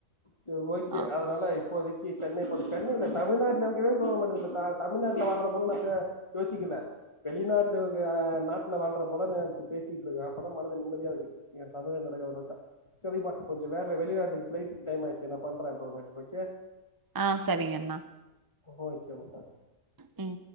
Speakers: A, on the left; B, on the right.
A: சேரி ஓகே
B: ஆ
A: அதனால இப்போதைக்கு சென்னை போறே சென்னை இல்ல தமிழ்நாட்ல இருக்கவே தோன மாட்டிது இப்பத்தா தமிழ்நாட்டுல வாழ்ற போல நா இப்ப யோசிக்கல வெளிநாட்டு்க்கு ஆ நாட்டுல வாழ்ற போல நெனச்சு பேசிட்ருக்கே அப்பதா மனது நிம்மதியா இருக்கு ஏ சகோதர நடக்கறத பாத்தா சேரிப்பா கொஞ்ச வேல வெளிநாட்டுக்கு ஃபிளைட்க்கு டைம் ஆய்ருச்சு நா பண்றே இப்ப பண்றே ஓகே
B: ஆ செரிங்கண்ணா
A: ஓகேமக்கா
B: ம்